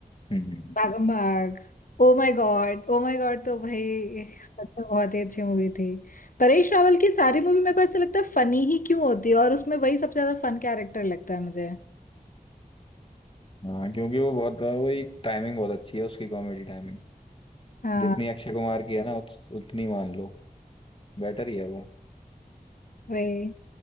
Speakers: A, on the left; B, on the left.
A: हम्म
B: Bhagam Bhag oh my God oh my God तो भाई सच में बहुत ही अच्छी मूवी थी परेश रावल की सारी मूवी मेरे को ऐसा लगता है फनी ही क्यों होती है और उसमें वही सबसे ज्यादा फन कैरेक्टर लगता है मुझे
A: हाँ क्योंकि वो बहुत वही टाइमिंग बहुत अच्छी है उसकी कॉमेडी टाइमिंग
B: हाँ
A: जितनी अक्षय कुमार की है ना उत, उतनी मान लो बेटर ही है वो
B: वही